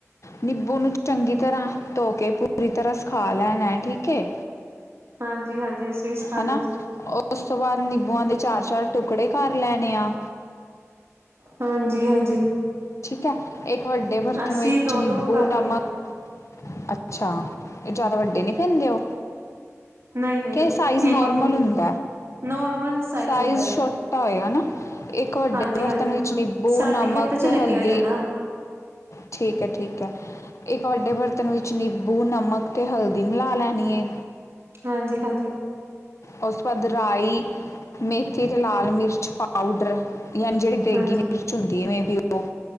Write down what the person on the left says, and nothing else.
ਨਿੰਬੂ ਨੂੰ ਚੰਗੀ ਤਰ੍ਹਾਂ। ਧੋ ਕੇ ਪੂਰੀ ਤਰ੍ਹਾਂ ਸਿਖਾ ਲੈਣਾ ਹੈ ਠੀਕ ਏ।
ਹਨਾ
ਉਸ ਤੋਂ ਬਾਅਦ ਨਿੰਬੂਆਂ ਦੇ ਚਾਰ ਚਾਰ ਟੁਕੜੇ ਕਰ ਲੈਣੇ ਆ।
ਠੀਕ ਹੈ ਇੱਕ ਵੱਡੇ ਬਰਤਨ
ਵਿੱਚ
ਨਿੰਬੂ
ਨਮਕ
ਅੱਛਾ ਇਹ ਜ਼ਿਆਦਾ ਵੱਡੇ ਨਹੀਂ ਪੈਂਦੇ ਉਹ।
ਕੇ
ਸਾਈਜ਼ ਨੋਰਮਲ
ਹੁੰਦਾ
ਸਾਈਜ਼
ਛੋਟਾ ਖੱਟਾ ਹੋਏਗਾ ਇੱਕ ਵੱਡੇ
ਬਰਤਨ
ਵਿੱਚ ਨਿੰਬੋ
ਨਮਕ
ਤੇ
ਹਲਦੀ
ਠੀਕ ਹੈ, ਠੀਕ ਹੈ। ਇੱਕ ਵੱਡੇ ਬਰਤਨ ਵਿੱਚ ਨਿੰਬੂ ਨਮਕ ਤੇ ਹਲਦੀ ਮਿਲਾ ਲੈਣੀ ਏ।
ਉਸ ਤੋਂ ਬਾਅਦ ਰਾਈ ਮੇਥੀ ਤੇ ਲਾਲ ਮਿਰਚ ਪਾਊਡਰ ਯਾਨੀ ਜਿਹੜੀ ਤੇਗੀ
ਮਿਰਚ ਹੁੰਦੀ ਮੈਂ ਵੀ ਉਹ